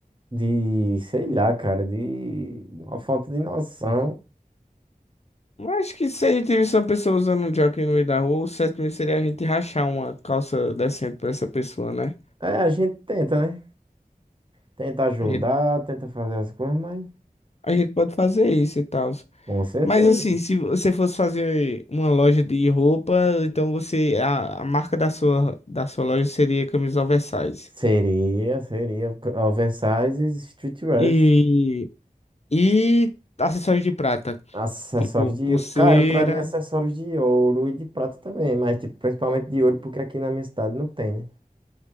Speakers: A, on the right; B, on the left.
A: de, sei lá, cara, de uma falta de noção.
B: Eu Acho que se a gente visse uma pessoa usando um jockey no meio da rua, o certo mesmo seria a gente rachar uma calça decente pra essa pessoa, né?
A: É, a gente tenta, né? Tenta ajudar,
B: A gente,
A: tenta fazer as coisas, mas
B: a gente pode fazer isso e tal.
A: com certeza
B: Mas assim, se você fosse fazer uma loja de roupa, então você a, a marca da sua da sua loja seria camisa oversize.
A: Seria, seria. Oversizes, streetwears.
B: E e acessórios de prata,
A: Acessórios
B: tipo
A: de.
B: pulseira.
A: Cara, eu traria acessórios de ouro e de prata também, mas tipo, principalmente de ouro, porque aqui na minha cidade não tem, né?